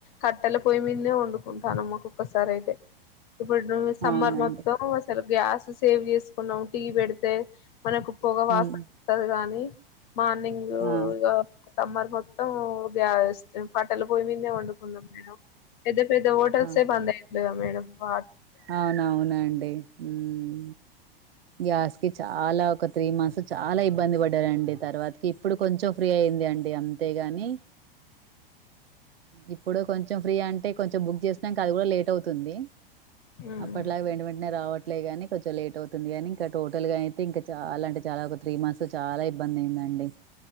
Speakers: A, on the left (about 55°); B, on the right (about 80°).
A: కట్టెల పోయి మీదనే వండుకుంటాన్నాం ఒకొక్క సారి అయితే ఇప్పుడు ను సమ్మర్
B: అవునండి
A: మొత్తం అసలు గ్యాస్ సేవ్ చేసుకున్నాం టీ పెడితే మనకు పొగ వాసన
B: ఉమ్
A: వస్తుంది గానీ మార్నింగు
B: ఆ
A: ఇగ సమ్మర్ మొత్తం ఓ గ్యాస్ పట్టలు పొయ్య మీదే వండుకున్నాం మేడం పెద్ద పెద్ద హోటల్సే
B: ఆ
A: బందెయ్యట్లేదా మేడం వా
B: అవునవునండి ఉమ్ గ్యాస్ కి చాలా ఒక త్రీ మంత్స్ చాలా ఇబ్బంది పడ్డారండి తర్వాతకి ఇప్పుడు కొంచెం ఫ్రీ అయింది అండి అం అంతేగాని ఇప్పుడు కొంచెం ఫ్రీ అంటే కొంచెం బుక్ చేసినాక అది కూడా లేట్ అవుతుంది
A: హ్మ్
B: అప్ప లా వెంట వెంటనే రావట్లే కానీ కొంచెం లేట్ అవుతుంది కానీ ఇంకా టోటల్ అయితేంకా చాలా అంటే చాలా ఒక త్రీ మంత్స్ చాలా ఇబ్బంది అయిందండి